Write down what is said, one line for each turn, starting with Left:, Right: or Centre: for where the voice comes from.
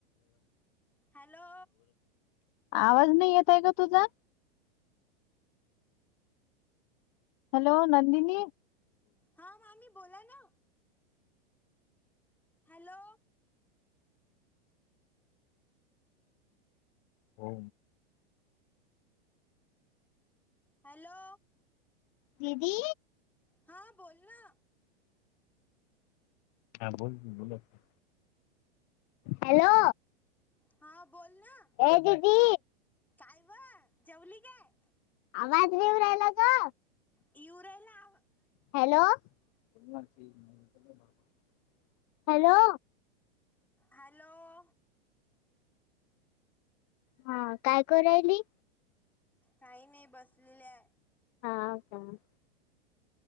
Centre: हॅलो
Left: आवाज नाही येत आहे का तुझा हॅलो नंदिनी
Centre: हा मामी बोला ना हॅलो
Left: हो
Centre: हॅलो
Left: दीदी
Centre: हा बोल ना
Left: हा बोल की, बोला की, हॅलो!
Centre: हा बोल ना,
Left: ये दीदी
Centre: काय व जेवली काय?
Left: आवाज येऊ राहिला का?
Centre: येऊन राहीला आ
Left: हॅलो! <unintelligible> हॅलो!
Centre: हॅलो.. !
Left: हा काय कराली.
Centre: काही नाही बसलेय.
Left: हा हो का मग?